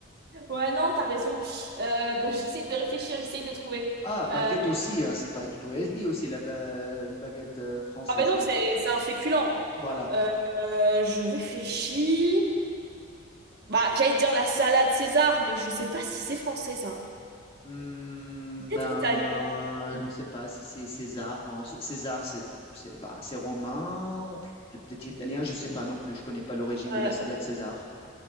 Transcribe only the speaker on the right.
Ouais, non, t'as raison. Euh, que j'essaie de réfléchir, j'essaie de trouver.
Euh,
ah ben non,
c'est,
c'est un féculent.
Euh, euh, je réfléchis. Bah, j'allais dire la salade César, mais je sais pas si c'est français, ça.
Peut-être
italien.
ouais.